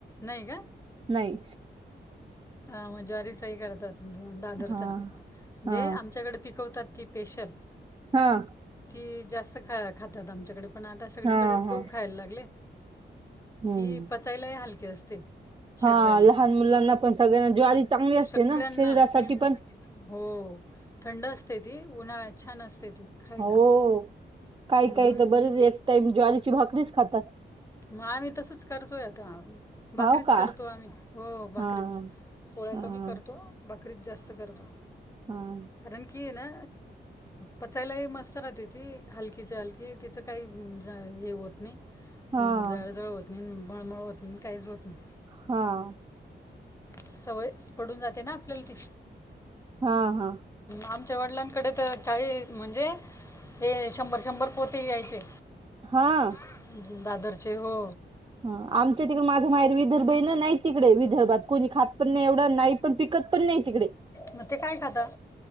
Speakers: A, on the left (about 15°); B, on the right (about 25°).
A: नाही का?
B: नाही
A: हा म ज्वारीचाही करतात, दादरचा.
B: हा हा
A: जे आमच्याकडे पिकवतात ती स्पेशल.
B: हां.
A: ती जास्त ख खातात आमच्याकडे, पण आता सगळीकडेच
B: हा हा
A: गहू खायला लागले
B: हम्म
A: ती पचायलाही हलकी असते.
B: हा
A: शरीराला,
B: लहान मुलांना पण सगळ्यांना ज्वारी चांगली असते
A: सगळ्यांना
B: ना शरीरासाठी
A: बिल
B: पण
A: हो. थंड असते ती, उन्हाळात छान असते ती खायला.
B: हो काही
A: म्हणून
B: काही त बरेच एक टाईम ज्वारीची भाकरीच खातात.
A: म आम्ही तसच करतोय आता, बाकरीच
B: हाव का
A: करतोय आम्ही, हो बाकरीच
B: हा
A: पोळ्या
B: हा
A: कमी करतो, बाकरीत जास्त करतो.
B: हां.
A: कारण की ये ना पचायलाही मस्त राहते ती, हलकीच्या हलकी तिच काही ज हे होत नाही
B: हा
A: हं जळजळ
B: हा
A: होत नाही, मळमळ होत नाही, काहीच होत नाही.
B: हां.
A: सवय पडून जाते ना आपल्याला ती.
B: हां हां.
A: आमच्या वडिलांकडे तर चाळी म्हणजे हे शंभर शंभर पोती यायचे.
B: हां.
A: अं, दादरचे हो.
B: ह आमच्या तिकडे माझं माहेर विदर्भ हे ना नाही तिकडे विदर्भात कोणी खात पण नाही एवढं, नाही पण पिकत पण नाही तिकडे.
A: म ते काय खाता?